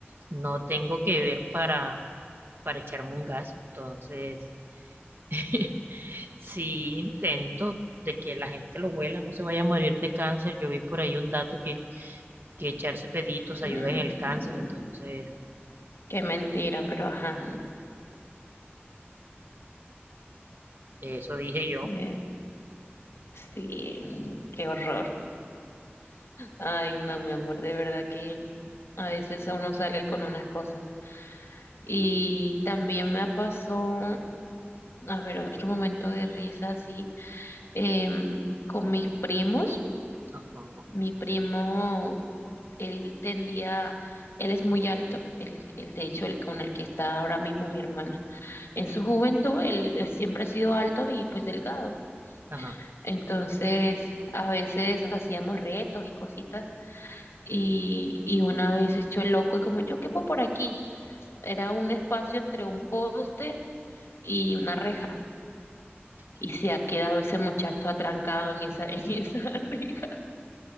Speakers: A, on the right; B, on the left.
A: no tengo que ver para, para echarme un gas, entonces <laughs> sí intento de que la gente lo huela, no se vaya a morir de cáncer. Yo vi por ahí un dato que, que echarse peditos
B: Mm,
A: ayuda en el cáncer, entonces
B: qué mentira, pero ajá.
A: eso dije yo.
B: Eh, sí, qué horror. Ay, no, mi amor, de verdad que a veces uno sale con unas cosas. Y también me pasó, a ver, otro momento de risa así, em, con mis primos.
A: Ajá,
B: Mi primo, él tendía, él es muy alto, el de hecho, el con el que está ahora mismo mi hermana. En su juventud, él eh, siempre ha sido alto y pues delgado.
A: ajá.
B: Entonces, a veces hacíamos retos y cositas Y, y una vez hecho el loco y como yo quepo por aquí, era un espacio entre un poste y una reja.
A: que-
B: Y se ha quedado ese muchacho atrancado en esa, <laughs> en esa reja.